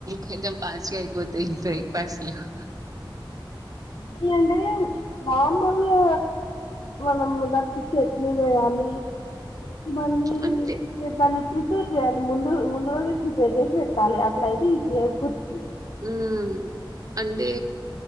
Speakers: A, on the right (about 45°); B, on the left (about 70°).
A: కొంచెం పాస్ట్ గా అయిపోతాయి బ్రేక్ఫాస్ట్ లు <inaudible>
B: ఏంటి అంటే మామూలుగా మనం దానికి చట్నీ చేయాలి మళ్ళీ
A: అంటే
B: దాన్నీ ప్రిపేర్ చేయాలి ముందు ముందు రోజే ప్రిపేర్ చేసి పెట్టాలి అట్ల అయితే ఈజీ గా అయిపోతది
A: ఊమ్ అంటే